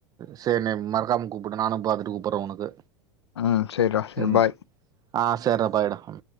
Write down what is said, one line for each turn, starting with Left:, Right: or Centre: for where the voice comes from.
Right: சேர் நேம் மற்க்காம கூப்புடு நானு பாது டூப்பற ஒனக்கு
Left: ம் செரிடா செரி
Right: ம்
Left: பாய்
Right: ஆஸ் சேர்ரா பாய் டா